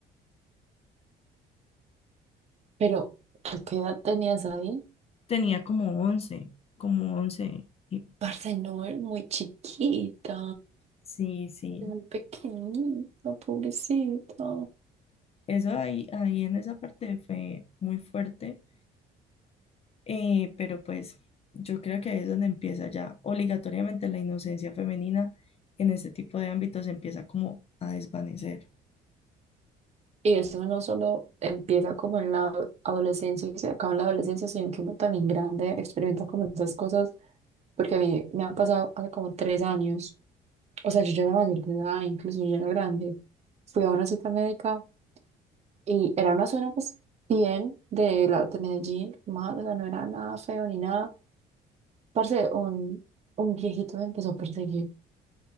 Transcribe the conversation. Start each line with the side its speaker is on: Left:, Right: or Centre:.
Right: Pero, ¿tú qué edad tenías ahí?
Left: Tenía como once como once y-
Right: Parce, no, era muy chiquita,
Left: sí, sí,
Right: muy pequeñita, pobrecita.
Left: eso ahí, ahí en esa parte fue muy fuerte, eh, pero pues yo creo que ahí es donde empieza ya obligatoriamente la inocencia femenina en ese tipo de ámbitos empieza como a desvanecer.
Right: Y eso no solo empieza como en la adolescencia y se acaba en la adolescencia, sino que uno también grande experimenta como esas cosas, porque a mí me han pasado hace como tres años, o sea, yo ya era mayor de edad, incluso yo ya era grande, fui a una cita médica y era una zona pues bien de, la, de Medellín, mal, o sea, no era nada feo ni nada, parce, un, un viejito me empezó a perseguir,